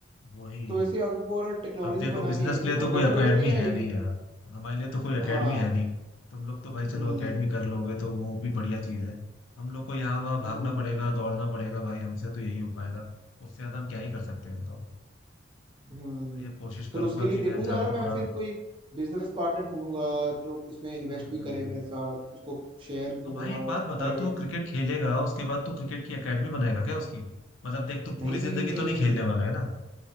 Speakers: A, on the left; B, on the right.
A: वही
B: तो वैसे आपको अगर टेक्नोलॉजी
A: अब देखो
B: बनानी
A: बिजनेस
B: है तो
A: के लिए
B: घर
A: तो कोई
B: बैठे
A: एकेडमी
B: बैठे नहीं आएगी
A: है नहीं यार हमारे लिए तो कोई एकेडमी
B: हाँ
A: है नहीं तुम लोग तो भाई
B: हम्म
A: चलो एकेडमी कर लोगे तो वो भी बढ़िया चीज़ है हम लोग को यहाँ वहाँ भागना
B: हम्म
A: पड़ेगा दौड़ना पड़ेगा भाई हमसे तो यही हो पाएगा उससे ज़्यादा हम क्या ही कर सकते हैं बताओ
B: हम्म
A: भाई ये कोशिश
B: फिर
A: करूंगा
B: उसके लिए
A: कि
B: देखूंगा
A: मैं जाकर
B: ना मैं
A: थोड़ा
B: फिर कोई बिजनेस पार्टनर ढूंढूंगा जो इसमें इन्वेस्ट
A: हम्म
B: भी
A: हम्म
B: करे
A: हम्म।
B: मेरे साथ उसको शेयर दूंगा
A: तो भाई एक बात बता
B: प्राइवेट
A: तू क्रिकेट खेलेगा उसके बाद तू क्रिकेट की एकेडमी बनाएगा क्या उसकी मतलब देख तू
B: नहीं
A: पूरी
B: नहीं
A: जिंदगी
B: नहीं
A: तो नहीं खेलने वाला है ना